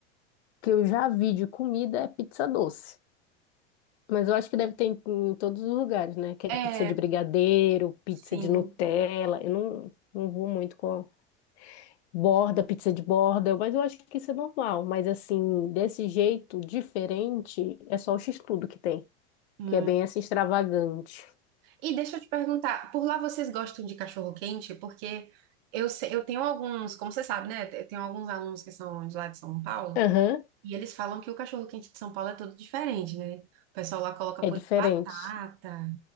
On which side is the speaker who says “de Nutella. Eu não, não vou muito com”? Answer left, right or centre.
Left